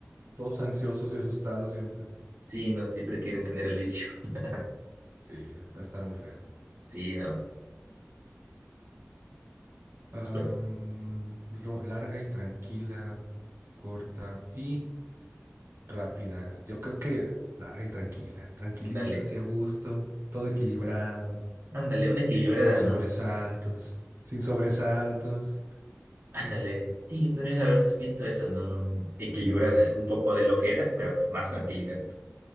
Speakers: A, on the right; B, on the right.
A: Todos ansiosos y asustados siempre.
B: Sí, no, siempre quieren tener el vicio. <laughs>
A: Sí, va a estar muy feo.
B: Sí, no.
A: Am,
B: pues Bueno,
A: ro- larga y tranquila, corta y rápida. Yo creo que larga y tranquila, tranquilita,
B: ándale,
A: así a gusto, todo equilibrado,
B: ándale, una equilibrada,
A: sin sobresaltos,
B: ¿no?
A: sin sobresaltos.
B: Ándale, sí, yo también a veces pienso eso, ¿no? Equilibrar un poco de lo que era, pero más tranquilidad.